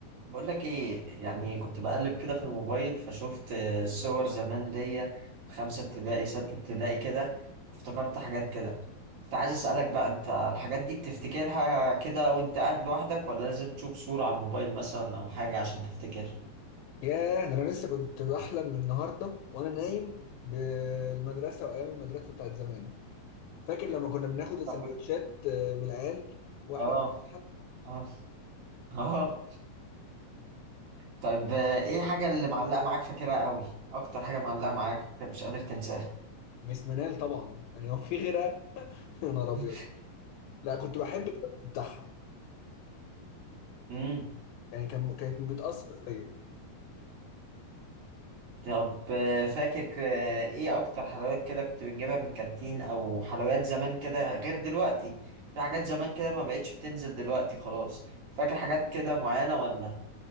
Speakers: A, on the right (about 55°); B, on the left (about 80°).
A: بقول لك ايه يعني كنت بقلب كده في الموبايل فشفت آه، صور زمان ليا خمسة ابتدائي ستة ابتدائي كده وافتكرت حاجات كده كنت عايز اسألك بقى انت الحاجات دي بتفتكرها كده وانت قاعد لوحدك ولا لازم تشوف صورة على الموبايل مثلا او حاجة عشان تفتكر <laughs>
B: ياه ده انا لسه كنت بحلم من النهارده وانا نايم بالمدرسه وايام المدرسه بتاعت زمان فاكر لما كنا بناخد السندوتشات
A: طب كنت-
B: آه، من العيال واحنا
A: اه
B: بنفتحها
A: اه اه طب آه، ايه الحاجة اللي معلقة معاك فاكرها قوي اكتر حاجة معلقة معاك مش قادر تنساها
B: مس منال طبعا يعني هو في غيرها <laughs> يا نهار ابيض
A: <laughs>
B: لا كنت بحب الشكل بتاعها
A: امم
B: يعني كان كانت بتاثر فيا
A: طب آه، فاكر ك- آه، ايه اكتر حلويات كده كنت بتجيبها من الكانتين او حلويات زمان كده غير دلوقتي في حاجات زمان كده ما بقتش بتنزل دلوقتي خلاص فاكر حاجات كده معينة ولا